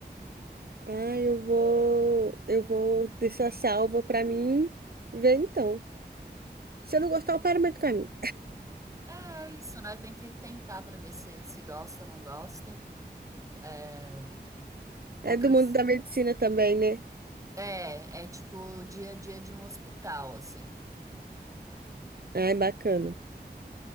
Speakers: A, on the right (about 60°); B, on the right (about 20°).
A: Ah, eu vou, eu vou deixar salva para mim ver então. Se eu não gostar, eu paro meio do caminho.
B: É isso, né? Tem que tentar pra ver se se gosta ou não gosta. É, outras
A: É do mundo da medicina também, né?
B: é é tipo o dia a dia de um hospital, assim.
A: Ah, é bacana.